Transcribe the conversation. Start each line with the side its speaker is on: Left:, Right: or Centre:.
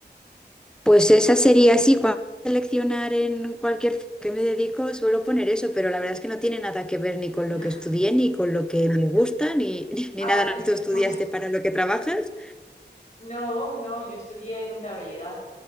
Centre: Pues esa sería así, cuando seleccionar en cualquier f- que me dedico suelo poner eso, pero la verdad es que no tiene nada que ver ni con
Left: <laughs>
Centre: lo que estudié, ni con lo que me gusta, ni, <laughs> ni
Left: Ah,
Centre: nada. ¿no?
Left: eh,
Centre: ¿Tú estudiaste
Left: pues
Centre: para lo que trabajas?
Left: no, no, yo estudié contabilidad,